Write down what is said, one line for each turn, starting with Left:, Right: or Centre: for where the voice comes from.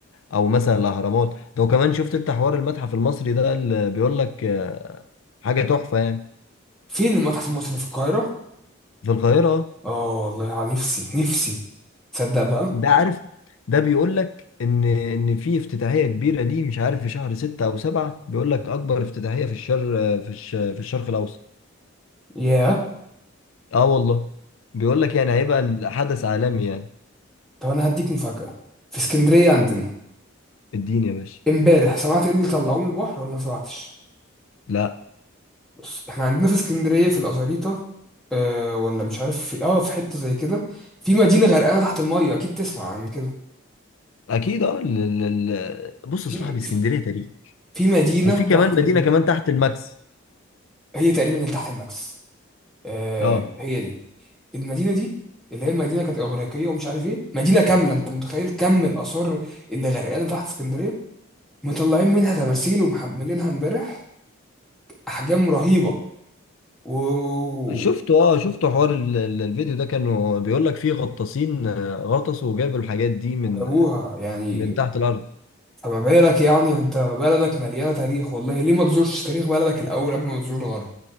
Left: او مثلا الاهرامات لو كمان شفت انت حوار المتحف المصري ده اللي بيقول لك آه، حاجه تحفه يعني
Centre: فين المتحف المصري اللي في القاهرة
Left: في القاهره
Centre: اه والله ع- نفسي نفسي تصدق بقى
Left: ده عارف ده بيقول لك ان ان في افتتاحيه كبيره ليه مش عارف في شهر ستة او سبعة بيقول لك اكبر افتتاحيه في الشر في الش في الشرق الاوسط
Centre: ياه
Left: اه والله بيقول لك يعني هيبقى الحدث عالمي يعني
Centre: طب انا هديك مفاجأة في اسكندرية عندنا
Left: اديني يا باشا
Centre: امبارح سمعت ايه اللي طلعوه من البحر ولا ما سمعتش
Left: لا
Centre: بص احنا عندنا في اسكندرية في الأزاريطة آه ولا مش عارف في اه في حتة زي كده في مدينة غرقانة تحت المية اكيد تسمع عن كده
Left: اكيد اه ال- ال- ال- بص
Centre: في
Left: يا صاحبي
Centre: في
Left: اسكندريه تاريخ
Centre: في مدينة
Left: وفي
Centre: تحت
Left: كمان مدينه كمان تحت الماكس
Centre: هي تقريبا اللي تحت الماكس آه
Left: اه
Centre: هي دي المدينة دي اللي هي المدينة كانت إغريقية ومش عارف ايه مدينة كاملة انت متخيل كم الآثار اللي غرقانة تحت اسكندرية مطلعين منها تماثيل ومحملينها امبارح احجام رهيبه و-
Left: شفته اه شفته حوار ال- ال- الفيديو ده كانوا بيقول لك فيه غطاسين آه، غطسوا وجابوا الحاجات دي من
Centre: وجابوها يعني
Left: من تحت الارض
Centre: فما بالك يعني انت بلدك مليانه تاريخ والله ليه ما تزورش تاريخ بلدك الاول قبل ما تزور الغرب